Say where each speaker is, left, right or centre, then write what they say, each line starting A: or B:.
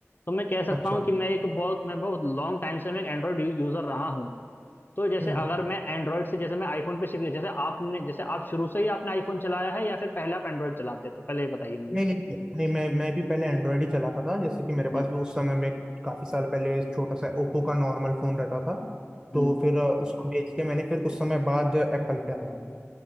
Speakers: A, on the left; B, on the right.
A: तो मैं कह सकता
B: अच्छा
A: हूँ कि मैं एक बहुत मैं बहुत लॉन्ग टाइम से मैं एक एंड्रॉयड यूज़र रहा हूँ तो जैसे
B: हम्म
A: अगर मैं एंड्रॉयड से जैसे मैं आईफोन पे शिफ्ट जैसे आपने जैसे आप शुरू से ही आपने आईफोन चलाया है या फिर पहले आप एंड्रॉयड चलाते थे पहले ये बताइए मुझे
B: नहीं नहीं नहीं नहीं, मैं मैं भी पहले एंड्रॉयड ही चलाता था जैसे कि मेरे पास
A: हम्म
B: भी उस समय में काफी साल पहले छोटा सा ओप्पो का नॉर्मल फोन रहता था तो
A: हम्म
B: फिर अ, उसको बेच के मैंने फिर कुछ समय बाद एप्पल पे आया